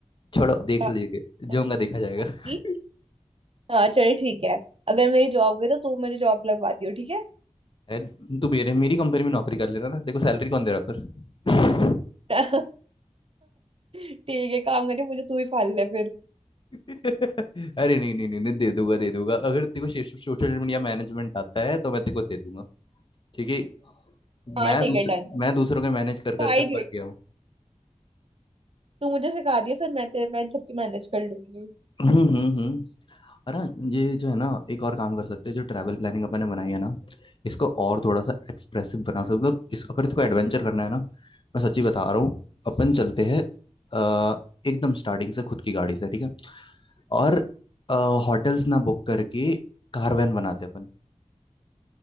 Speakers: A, on the left (about 45°); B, on the right (about 50°).
A: छोड़ो देख
B: अ,
A: लीजिए जो
B: है
A: होगा देखा
B: बात
A: जाएगा <laughs>
B: की हाँ चल ठीक है अगर मेरी जॉब गई तो तू मेरी जॉब लगवा दियो ठीक है
A: अरे तू मेरे मेरी कंपनी में नौकरी कर लेना ना देखो सैलरी कौन दे रहा है पर
B: <laughs> ठीक है काम करिए मुझे तू ही पाल ले फिर
A: <laughs> अरे नहीं नहीं नहीं नहीं दे दूंगा दे दूंगा अगर तेरे को सोशल मीडिया मैनेजमेंट आता है तो मैं तेरे को दे दूंगा क्योंकि
B: हाँ
A: मैं
B: ठीक
A: दूसर,
B: है डन
A: मैं दूसरों के मैनेज कर
B: सिखा
A: करके
B: ही दियो
A: पक
B: तू
A: गया हूँ
B: तू मुझे सिखा दियो फिर मैं तेरे मैं सबकी मैनेज कर लूंगी
A: हम्म हम्म हम्म। अरे ये जो है ना एक और काम कर सकते हैं जो ट्रैवल प्लानिंग अपन ने बनाई है ना इसको और थोड़ा सा एक्सप्रेसिव बना सकते हैं। मतलब इस अगर इसको एडवेंचर करना है ना मैं सच्ची बता रहा हूँ अपन चलते हैं अ, एकदम स्टार्टिंग से खुद की गाड़ी से ठीक है और होटल्स ना बुक करके कारवैन बनाते हैं अपन